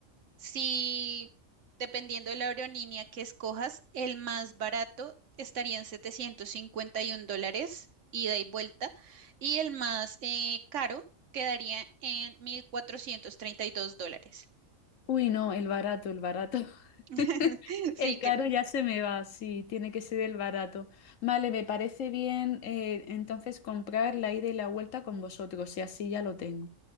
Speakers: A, on the right; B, on the left.
A: si dependiendo de la aerolínea que escojas, el más barato estaría en 751 dólares, ida y vuelta, y el más eh, caro quedaría en 1.432 dólares.
B: Uy, no, el barato, el barato.
A: <laughs>
B: <laughs>
A: Sí,
B: El
A: que
B: caro ya se me va, sí, tiene que ser el barato. Vale, me parece bien eh, entonces comprar la ida y la vuelta con vosotros y así ya lo tengo.